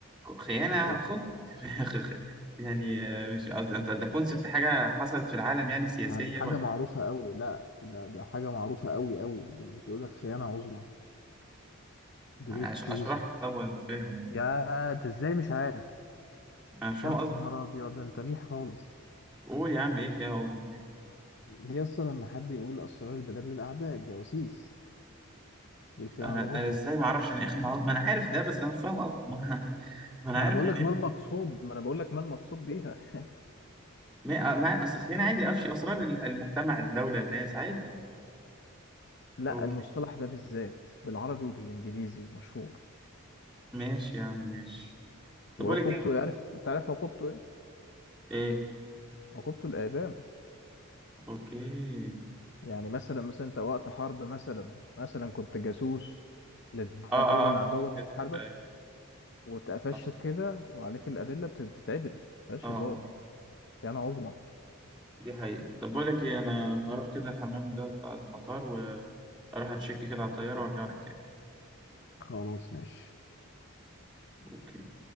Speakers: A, in the centre; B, on the left.
A: خيانة
B: أوف.
A: خد <laughs> يعني آه، مش قصدي انت ده كونسبت حاجة حصلت في العالم يعني سياسية
B: يعني حاجة
A: ولا
B: معروفة قوي لا ده, ده حاجة معروفة قوي قوي لما تقول لك خيانة عظمى great
A: أش-
B: treason
A: اشرحها طب ولا مش فاهم ولا
B: يا
A: ايه
B: انت ازاي مش عارف
A: انا مش فاهم
B: يا
A: قصدك
B: نهار ابيض ده انت ميح خالص
A: قول يا عم ايه خيانة عظمى دي
B: دي اصلا لما حد يقول اسرار البلاد للاعداء الجواسيس دي الخيانة
A: انا
B: العظمى
A: انا ازاي ما اعرفش يعني ايه خيانة عظمى ما انا عارف ده بس انا مش فاهم قصدك ما, ما انا
B: ما
A: عارف
B: انا بقول
A: يعني
B: لك
A: ايه
B: ما المقصود ما انا بقول لك ما المقصود بيها <laughs>
A: ما ما- اصل خيانة عادي افشي اسرار ال- المجتمع الدولة الناس عادي
B: لا
A: اوكي
B: المصطلح ده بالذات بالعربي وبالانجليزي مشهور
A: ماشي يا عم ماشي طب
B: وعقوبته
A: اقول لك إيه، انا شايف
B: يعرف تعرف عقوبته ايه
A: ايه
B: عقوبته الاعدام
A: اوكي
B: يعني مثلا مثلا انت وقت حرب مثلا مثلا كنت جاسوس للدولة
A: اه اه
B: العدوة
A: اه في
B: اللي
A: فيلم.
B: بتحاربك
A: ايوه
B: واتقفشت
A: اه
B: في كده وعليك الأدلة بت- بتتعدم مفيهاش
A: اه
B: هزار
A: آه.
B: خيانة عظمى
A: دي حقيقة طب بقول لك ايه انا هروح كده الحمام ده بتاع المطار واروح اتشيك كده على الطيارة وارجع لك تاني
B: خلاص ماشي
A: اوكي